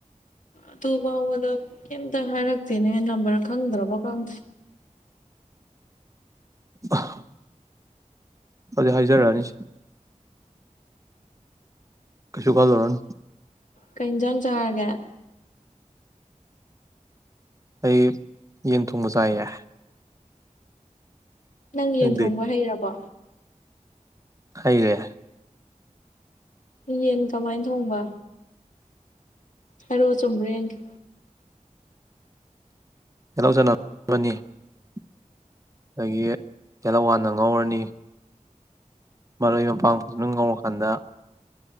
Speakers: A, on the left (about 70°); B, on the right (about 25°).
A: ꯑꯗꯨ ꯕꯥꯎꯕꯗꯣ ꯀ꯭ꯌꯝꯇ ꯍꯥꯏꯔꯛꯇꯦꯅꯦ ꯅꯝꯕꯔ ꯈꯪꯗ꯭ꯔꯕ ꯀꯪꯗꯦ꯫
B: ꯑꯍ ꯑꯗꯨꯗꯤ ꯍꯥꯏꯖꯔꯑꯅꯤꯁꯦ꯫ ꯀꯩꯁꯨ ꯈꯜꯂꯨꯔꯅꯨ꯫
A: ꯀꯩ ꯌꯦꯟꯖꯥꯡ ꯆꯥꯔꯒꯦ?
B: ꯑꯩ ꯌꯦꯟ ꯊꯣꯡꯕ ꯆꯥꯏ ꯌꯦ꯫
A: ꯅꯪ ꯌꯦꯟ
B: ꯅꯪꯗꯤ
A: ꯊꯣꯡꯕ ꯍꯩꯔꯕꯣ?
B: ꯍꯩꯔꯦ꯫
A: ꯌꯦꯟ ꯀꯃꯥꯏꯟ ꯊꯣꯡꯕ? ꯍꯥꯏꯔꯛꯑꯣ ꯆꯨꯝꯕ꯭ꯔ ꯌꯦꯡꯒꯦ꯫
B: ꯇꯦꯂꯧ ꯆꯅꯝ <unintelligible> ꯑꯗꯒꯤ ꯇꯦꯂꯧ ꯍꯥꯟꯅ ꯉꯧꯔꯅꯤ꯫ ꯃꯔꯣꯏ ꯃꯄꯥꯡ ꯐꯖꯅ ꯉꯧꯔꯀꯥꯟꯗ